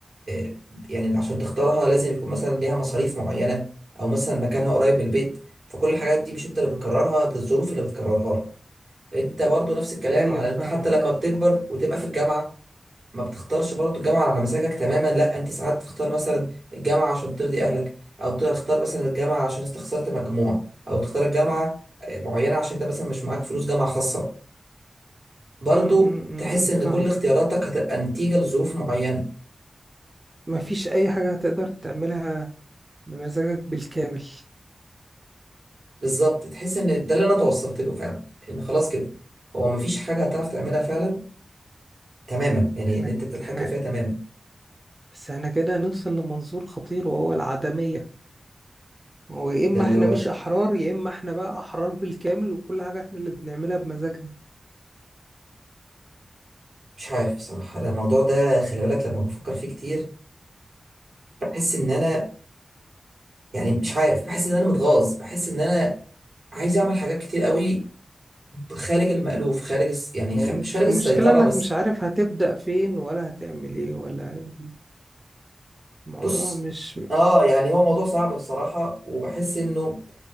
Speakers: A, on the right; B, on the right.
A: آه، يعني عشان تختارها لازم يكون مثلا ليها مصاريف معينه او مثلا مكانها قريب من البيت فكل الحاجات دي مش انت اللي بتكررها ده الظروف اللي بتكررها لك انت برضو نفس الكلام
B: ايوه
A: على
B: فاهمك
A: انت حتى لما بتكبر وتبقى في الجامعه ما بتختارش برضه الجامعة على مزاجك تماما لا انت ساعات تختار مثلا الجامعة عشان ترضي اهلك او تختار مثلا الجامعة عشان انت خسرت مجموع او تختار الجامعة معينة عشان انت مثلا مش معاك فلوس جامعة خاصة برضه
B: امم امم
A: تحس ان
B: فاهمك
A: كل اختياراتك هتبقى نتيجة لظروف معينة
B: مفيش أي حاجة هتقدر تعملها بمزاجك بالكامل
A: بالظبط تحس ان ده اللي انا توصلت له فعلا ان خلاص كده هو مفيش حاجة هتعرف تعملها فعلا تماما يعني
B: احنا
A: اللي انت بتتحكم
B: احنا
A: فيها تماما
B: بس احنا كده هنوصل لمنظور خطير وهو العدمية هو يا إما
A: ده اللي
B: احنا
A: هو
B: مش أحرار يا إما احنا بقى أحرار بالكامل وكل حاجة احنا اللي بنعملها بمزاجنا
A: مش عارف بصراحة أنا الموضوع ده خلي بالك لما بفكر فيه كتير بحس ان انا يعني مش عارف بحس ان انا متغاظ بحس ان انا عايز اعمل حاجات كتير قوي خارج المألوف خارج الس- يعني
B: وانت
A: خ... مش خارج
B: المشكلة
A: السيطرة
B: انك
A: بس
B: مش عارف هتبدأ فين ولا هتعمل ايه ولا الموضوع
A: بص
B: مش
A: اه يعني هو موضوع صعب بصراحة وبحس انه